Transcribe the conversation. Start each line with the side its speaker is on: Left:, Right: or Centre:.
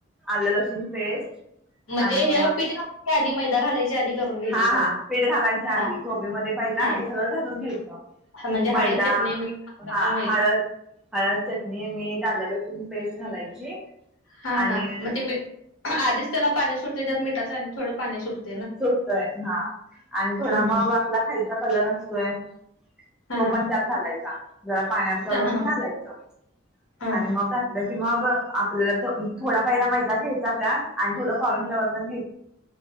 Centre: आलं लसूण पेस्ट
Left: म्हणजे,
Centre: आणि
Left: हे पीठ घालायच्या आधी, मैदा घालायचे आधी करून घ्यायचं
Centre: हा.
Left: सगळं
Centre: हा. पिठ घालायच्या आधी
Left: हा
Centre: कोबीमध्ये पहिला
Left: हा
Centre: हे सगळं घालून घ्यायचं.
Left: म्हणजे
Centre: मैदा
Left: हळद चटणी मीठ घालताना
Centre: हा
Left: मै
Centre: हळद हळद, चटणी, मीठ, आलं, लसूण पेस्ट घालायची.
Left: हा.
Centre: आणि
Left: हा. मग ते मीठ आधीच त्याला पाणी सुटते त्यात मिठाचं आणि थोडं पाणी सुटत.
Centre: सुटतय हा आणि थोडा
Left: हा
Centre: मग वा आपला खायचा कलर असतोय,
Left: हा.
Centre: तो पण त्यात घालायचा जरा पाण्या घालून
Left: हा हा
Centre: घालायचा.
Left: हा हम्म
Centre: आणि मग घातलं की मग, आपल्याला थो थोडा पहिला मैदा घ्याय जात्यात आणि थोडं काॅनफ्लॉवर पण घ्यायचं.